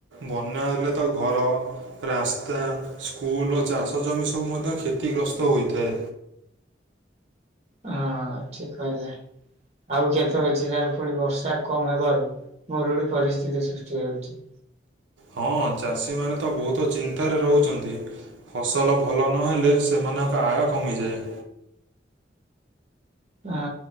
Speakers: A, on the right (about 80°); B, on the right (about 35°).
A: ବନ୍ୟା ହେଲେ ତ ଘର ରାସ୍ତା, ସ୍କୁଲ, ଓ ଚାଷ ଜମି ସବୁ ମଧ୍ୟ କ୍ଷତିଗ୍ରସ୍ତ ହୋଇଥାଏ।
B: ହଁ ଠିକ କହିଲେ। ଆଉ କେତେକ ଜିଲ୍ଲାରେ ପୁଣି ବର୍ଷା କମ୍ ହେବାରୁ ମରୁଡି ପରିସ୍ଥିତି ସୃଷ୍ଟି ହୋଉଚି।
A: ହଁ ଚାଷୀମାନେ ତ ବହୁତ ଚିନ୍ତାରେ ରହୁଚନ୍ତି। ଫସଲ ଭଲ ନହେଲେ ସେମାନଙ୍କ ଆୟ କମିଯାଏ।
B: ହଁ